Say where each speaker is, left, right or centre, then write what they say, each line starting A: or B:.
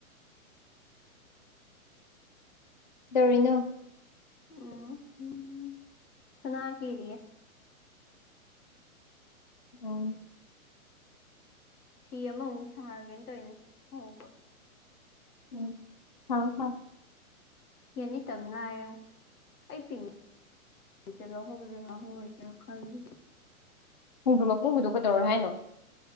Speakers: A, on the left; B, on the left.
A: ꯗꯧꯔꯤꯅꯣ
B: ꯎꯝ ꯍꯨꯝ ꯁꯨꯅꯥ ꯀꯤꯔꯤꯑꯦ
A: ꯑꯣ
B: ꯐꯤ ꯑꯃꯃꯨꯛ ꯁꯥꯔꯒꯦꯅ ꯇꯧꯏꯅꯤ ꯍꯧꯕ
A: ꯎꯝ ꯁꯥꯎ ꯁꯥꯎ
B: ꯐꯤ ꯑꯅꯤꯇꯡ ꯉꯥꯏꯔꯦꯉꯣ ꯑꯩ ꯄꯤꯛ <unintelligible> ꯍꯧꯖꯤꯔꯥ ꯍꯧꯔꯣꯏꯖꯤꯔꯥ ꯈꯜꯂꯤ
A: ꯈꯣꯛꯗꯔ꯭ꯨꯝ ꯃꯀꯨꯒꯤꯗꯣ ꯀꯩꯗꯧꯔꯦ ꯍꯥꯏꯅꯣ